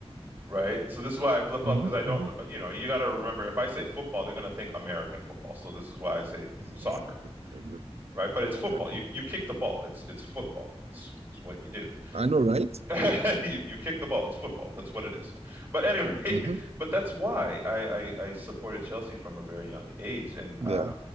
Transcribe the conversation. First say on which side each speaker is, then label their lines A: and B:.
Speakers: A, on the right; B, on the right.
A: right? So this is why I flip flop
B: hmm
A: because I don't,
B: hmm
A: know- you know, you got to remember if I say football, they're going to think American football. So this is why I say
B: Exactly.
A: soccer,
B: Exactly.
A: right? But it's football.
B: Exactly.
A: You you kick the ball. It's it's football. It's it's what you do.
B: I know, right?
A: <laughs> you you kick the ball. It's football. That's what it is. But anyway,
B: hmm
A: <laughs> but that's why I I, I supported Chelsea from a very young age, and
B: Yeah.
A: uh,